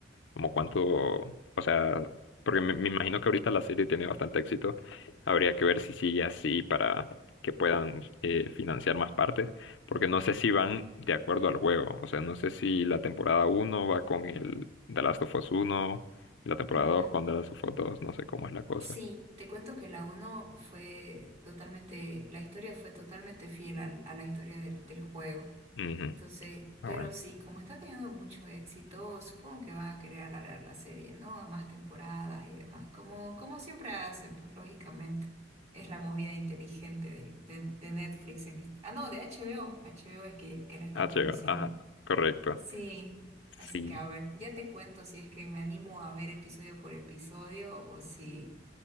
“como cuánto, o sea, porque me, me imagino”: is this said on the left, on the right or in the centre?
Left